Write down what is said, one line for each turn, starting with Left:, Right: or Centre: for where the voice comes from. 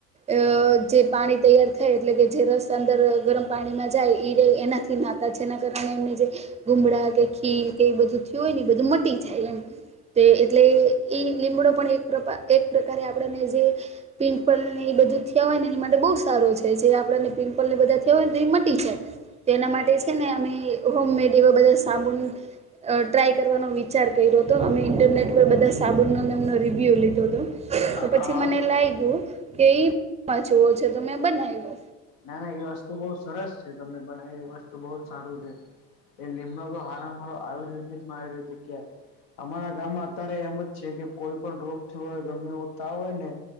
Right: અ જે પાણી તૈયાર થાય એટલે કે જે રસ અંદર ગરમ પાણીમાં જાય એ એનાથી ના જેના કારણે એમને જે ગુમડા કે ખીર કે એ બધું થય હોય ને એ બધું મટી જાય એમ એટલે લીમડો પણ એક એક પ્રકારે આપણેને જે પિમ્પલ ને એ બધું થયા હોય ન એની માટે બહુ સારો છે જે આપને પિમ્પલ ને બધા થયા હોય નતો એ મટી જાય. તો એના માટે છે ને અમે હોમમેડ એવા બધા સાબુન અ ટ્રાય કરવાનો વિચાર કર્યો હતો. અમે ઇન્ટરનેટ પર બધા સાબુ નો રિવ્યૂ લીધો તો પછી
Left: હા
Right: મને લાગ્યું કે માં જુઓ છે તો મેં બનાયવો.
Left: ના ના એ વસ્તુ બહુ સરસ છે તમે પણ એ વસ્તુ બહ સારું છે. એ લીમડો તો હારમ આયુર્વેદિક આયુર્વેદિક છે અમારા ગામમાં અત્યારે એમ જ છે કે કોઈ પણ રોગ થયો હો ગમે એવ તાવ હોય ને